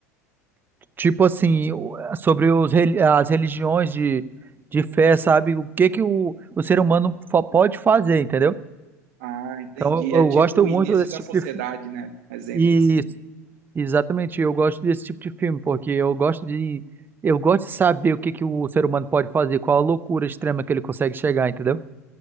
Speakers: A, on the right; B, on the right.
A: Tipo assim, o- sobre os, reli- as religiões de, de fé, sabe? O que que o, o ser humano fa- pode fazer, entendeu?
B: Ah, entendi.
A: Então eu,
B: É
A: eu
B: tipo
A: gosto
B: o início
A: muito desse
B: da
A: tipo
B: sociedade,
A: de filme.
B: né? Um exemplo
A: Isso,
B: assim.
A: exatamente. Eu gosto desse tipo de filme, porque eu gosto de, eu gosto de saber o que que o ser humano pode fazer, qual a loucura extrema que ele consegue chegar, entendeu?